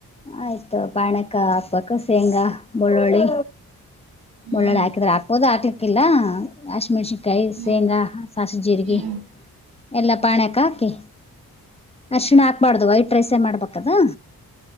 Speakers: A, on the left (about 15°); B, on the right (about 80°).
A: ಆಯ್ತು ಪಾನೆಕ್ಕ ಹಾಕ್ಬೇಕ ಶೇಂಗಾ ಬೆಳ್ಳುಳ್ಳಿ
B: ಹ್ಮ್
A: ಬಳ್ಳೊಳ್ಳಿ ಹಾಕಿದ್ರ ಹಾಕ್ಬೋದು ಹಾಕ್ಲಿಕ್ಕಿಲ್ಲ ಹಸಿಮೆಣ್ಸಿನ್ಕಾಯಿ
B: ಹ್ಮ್
A: ಶೇಂಗಾ ಸಾಸ್ವೆ ಜೀರಗಿ
B: ಹ್ಮ್
A: ಎಲ್ಲ ಪಾನೇಕ ಹಾಕಿ ಅರ್ಶಣ ಹಾಕ್ಬಾರ್ದು ವೈಟ್ ರೈಸೇ ಮಾಡ್ಬೇಕ ಅದು